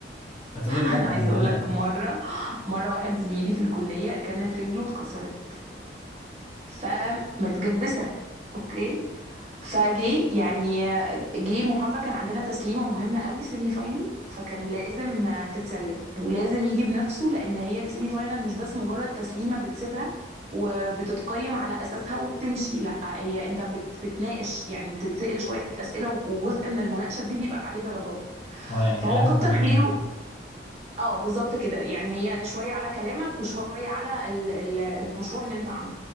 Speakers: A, on the left (about 30°); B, on the right (about 35°).
A: فطول الوقت
B: انا عايزه
A: عندنا
B: اقول لك مره مره واحد زميلي في الكليه كانت رجله اتكسرت فمتجبسه اوكي فجي يعني جه محاضره كان عندنا تسليمه مهمه قوي سيمي فاينل فكان لازم تتسلم ولازم يجي بنفسه لان هي السيمي فاينل مش بس مجرد تسليمه بتسيبها وبتتقيم على اساسها وبتمشي لا هي انت بت بتناقش يعني بتتسأل شويه اسئله وجزء من المناقشه دي بيبقى عليه درجات
A: اه يعني
B: فهو
A: كلامه
B: كتر
A: كمان
B: خيره
A: مهم
B: اه بالظبط كده يعني هي شويه على كلامك وشويه على ال- ال- المشروع اللي انت عامله